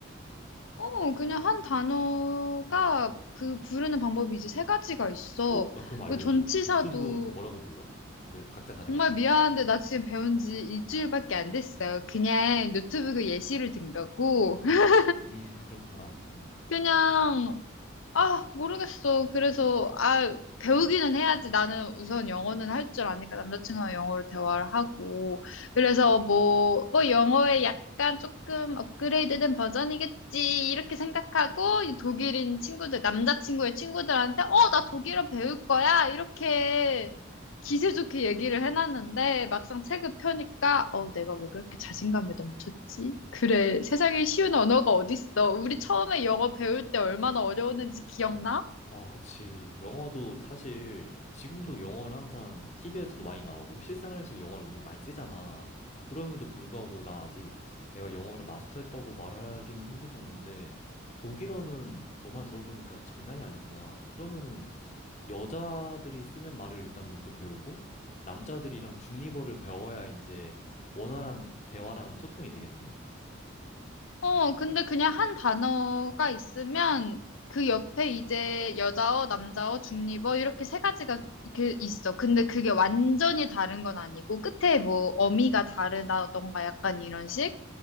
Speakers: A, on the left; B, on the left.
A: 어, 그냥 한 단어가 그 부르는 방법이 이제 세 가지가 있어.
B: 어, 나 그럼 알려줘.
A: 그 전치사도
B: 노트북은 뭐라고 불러? 그 각자 다르게
A: 정말
B: 하면?
A: 미안한데 나 지금 배운 지 일주일밖에 안 됐어요. 그냥 노트북에 예시를 든 거고.
B: 아,
A: <laughs>
B: 그치. 음, 그렇구나. 음.
A: 그냥 아, 모르겠어. 그래서, 아, 배우기는 해야지. 나는 우선 영어는 할 줄 아니까 남자친구랑 영어로 대화를 하고. 그래서 뭐, 뭐 영어의 약간 조금 업그레이드된 버전이겠지. 이렇게 생각하고, 이 독일인 친구들, 남자친구의 친구들한테, 어, 나 독일어 배울 거야. 이렇게 기세 좋게 얘기를 해놨는데 막상 책을 펴니까 어 내가 왜 그렇게 자신감에 넘쳤지? 그래 세상에 쉬운 언어가 어딨어? 우리 처음에 영어 배울 때 얼마나 어려웠는지 기억나?
B: 아, 그치. 영어도 사실 지금도 영어를 항상 TV에서도 많이 나오고 실생활에서도 영어를 우리 많이 쓰잖아. 그럼에도 불구하고 난 아직 내가 영어를 마스터했다고 말하기는 힘들 정도인데 독일어는 너만 들어보니까 장난이 아니구나. 그러면은 여자들이 쓰는 말을 일단 먼저 배우고 남자들이랑 중립어를 배워야 이제 원활한 대화랑 소통이 되겠네.
A: 어 근데 그냥 한 단어가 있으면 그 옆에 이제 여자어, 남자어, 중립어 이렇게 세 가지가 이렇게 있어. 근데 그게 완전히 다른 건 아니고 끝에 뭐 어미가 다르다던가 약간 이런 식?